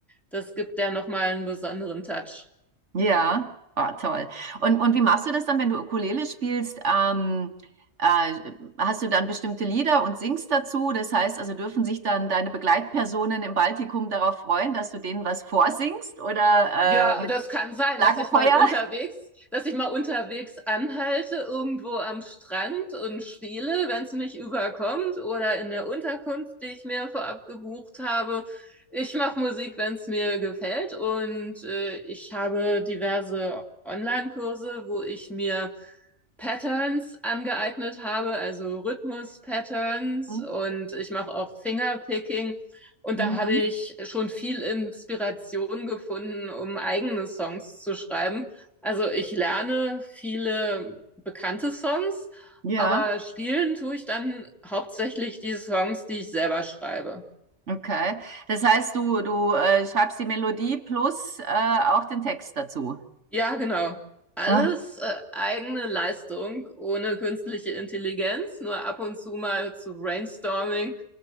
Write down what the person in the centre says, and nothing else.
Das gibt der nochmal einen besonderen Touch.
Ja,
das kann sein,
dass ich mal unterwegs, dass ich mal unterwegs anhalte, irgendwo am Strand und spiele, wenn es mich überkommt, oder in der Unterkunft, die ich mir vorab gebucht habe. Ich mache Musik, wenn es mir gefällt, und äh, ich habe diverse Online-Kurse, wo ich mir Patterns angeeignet habe, also Rhythmus-Patterns,
und ich mache auch Fingerpicking. Und
da habe ich schon viel Inspiration gefunden, um eigene Songs zu schreiben. Also ich lerne viele bekannte Songs,
aber spielen tue ich dann hauptsächlich die Songs, die ich selber schreibe.
Ja, genau. Alles
äh, eigene Leistung, ohne künstliche Intelligenz, nur ab und zu mal zu Brainstorming